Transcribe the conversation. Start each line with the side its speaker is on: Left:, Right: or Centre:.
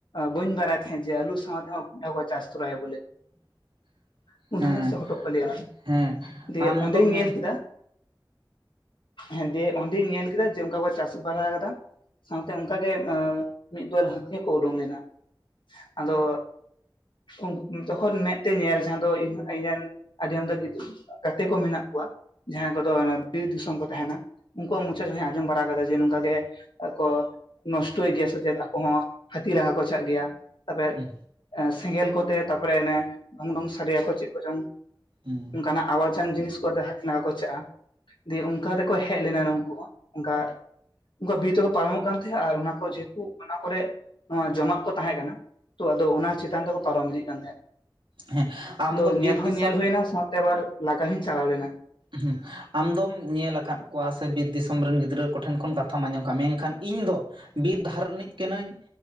Left: ᱵᱟᱹᱧ ᱵᱟᱲᱟᱭ ᱛᱟᱦᱮᱸᱜ ᱡᱮ ᱟᱞᱩ ᱥᱟᱶᱛᱮᱦᱚᱸ ᱠᱚᱸᱰᱷᱟ ᱠᱚ ᱪᱟᱥ ᱛᱚᱨᱟᱭᱟ ᱵᱚᱞᱮ
Right: <inaudible>
Left: ᱠᱚᱸᱰᱷᱟ
Right: ᱦᱮᱸ
Left: ᱥᱮ ᱦᱚᱴᱚᱜ ᱠᱚ ᱞᱟᱹᱭᱟ ᱚᱱᱟ ᱫᱚ
Right: ᱦᱮᱸ
Left: ᱫᱤᱭᱮ
Right: ᱟᱢ
Left: ᱚᱸᱰᱮᱧ
Right: ᱫᱚ
Left: ᱧᱮᱞ
Right: ᱢᱮ
Left: ᱠᱮᱫᱟ ᱦᱮᱸ ᱫᱤᱭᱮ ᱚᱸᱰᱮᱧ ᱧᱮᱞ ᱠᱮᱫᱟ ᱡᱮ ᱚᱱᱠᱟ ᱠᱚ ᱪᱟᱥ ᱵᱟᱲᱟ ᱟᱠᱟᱫᱟ ᱚᱱᱛᱮ ᱚᱱᱠᱟ ᱜᱮ ᱮ ᱢᱤᱫ ᱵᱟᱹᱫᱽ ᱦᱟᱹᱛᱤ ᱠᱚ ᱳᱰᱳᱸᱜ ᱞᱮᱱᱟ ᱟᱫᱚ ᱩᱱ ᱡᱚᱠᱷᱚᱱ ᱢᱮᱫ ᱛᱮ ᱧᱮᱞ ᱡᱟᱸᱦᱟᱫᱚ ᱤᱧ ᱤᱧ ᱨᱮᱱ ᱟᱹᱰᱤ ᱟᱢᱫᱟ ᱜᱮ ᱜᱟᱛᱮ ᱠᱚ ᱢᱮᱱᱟᱜ ᱠᱚᱣᱟ ᱡᱟᱦᱟᱸᱭ ᱠᱚᱫᱚ ᱵᱤᱨ ᱫᱤᱥᱚᱢ ᱠᱚ ᱛᱟᱦᱮᱱᱟ ᱩᱱᱠᱩᱣᱟᱜ ᱢᱚᱪᱟ ᱡᱟᱦᱟᱧ ᱟᱸᱡᱚᱢ ᱵᱟᱲᱟ ᱠᱟᱫᱟ ᱡᱮ ᱱᱚᱝᱠᱟ ᱜᱮ ᱟᱠᱚ ᱱᱚᱥᱴᱚᱭ ᱜᱮᱭᱟ ᱥᱮ ᱟᱪᱮᱫ ᱟᱠᱚ ᱦᱚᱸ ᱦᱟᱹᱛᱤ ᱞᱟᱜᱟ ᱠᱚ ᱪᱟᱜ ᱜᱮᱭᱟ ᱛᱟᱯᱮ
Right: ᱦᱩᱸ
Left: ᱥᱮᱸᱜᱮᱞ ᱠᱚᱛᱮ ᱛᱟᱨᱯᱚᱨᱮ ᱚᱱᱮ ᱰᱚᱝᱰᱷᱚᱝ ᱥᱟᱰᱮᱭᱟ ᱠᱚ ᱪᱮᱫ ᱠᱚ ᱪᱚᱝ
Right: ᱦᱩᱸ
Left: ᱚᱱᱠᱟᱱᱟᱜ ᱟᱣᱟᱡᱟᱱ ᱡᱤᱱᱤᱥ ᱠᱚᱛᱮ ᱦᱟᱹᱛᱤ ᱞᱟᱜᱟ ᱠᱚ ᱪᱟᱜᱼᱟ ᱫᱤᱭᱮ ᱚᱱᱠᱟ ᱛᱮᱠᱚ ᱦᱮᱡ ᱞᱮᱱᱟ ᱱᱩᱠᱩ ᱦᱚᱸᱚᱱᱠᱟ ᱩᱱᱠᱩ ᱵᱤᱨ ᱛᱮᱠᱚ ᱯᱟᱨᱚᱢᱚᱜ ᱠᱟᱱ ᱛᱮ ᱟᱨ ᱚᱱᱟ ᱠᱚ ᱡᱮᱦᱮᱛᱩ ᱚᱱᱟ ᱠᱚᱨᱮ ᱱᱚᱶᱟ ᱡᱚᱢᱟᱜ ᱠᱚ ᱛᱟᱦᱮ ᱠᱟᱱᱟ ᱛᱚ ᱟᱫᱚ ᱚᱱᱟ ᱪᱮᱛᱟᱱ ᱛᱮᱠᱚ ᱯᱟᱨᱚᱢ ᱤᱫᱤᱜ ᱠᱟᱱ ᱛᱟᱦᱮᱸᱫ
Right: ᱦᱮᱸ ᱟᱢ
Left: ᱟᱫᱚ
Right: ᱫᱚ ᱵᱤᱨ
Left: ᱧᱮᱞ ᱦᱚᱸ
Right: ᱫᱤᱥᱚᱢ
Left: ᱧᱮᱞ ᱦᱩᱭᱱᱟ ᱥᱟᱶᱛᱮ ᱟᱵᱟᱨ ᱞᱟᱜᱟ ᱦᱩᱧ ᱪᱟᱞᱟᱣ ᱞᱮᱱᱟ
Right: ᱦᱩᱸ ᱟᱢᱫᱢ ᱧᱮᱞ ᱟᱠᱟᱫ ᱠᱚᱣᱟ ᱥᱮ ᱵᱤᱨ ᱫᱤᱥᱚᱢ ᱨᱮᱱ ᱜᱤᱫᱽᱨᱟᱹ ᱠᱚᱴᱷᱮᱱ ᱠᱷᱚᱱ ᱠᱟᱛᱷᱟᱢ ᱟᱸᱡᱚᱢ ᱠᱟᱜᱼᱟ, ᱢᱮᱱᱠᱷᱟᱱ ᱤᱧ ᱫᱚ ᱵᱤᱨ ᱫᱷᱟᱨᱮ ᱨᱤᱱᱤᱡ ᱠᱟᱹᱱᱟᱹᱧ᱾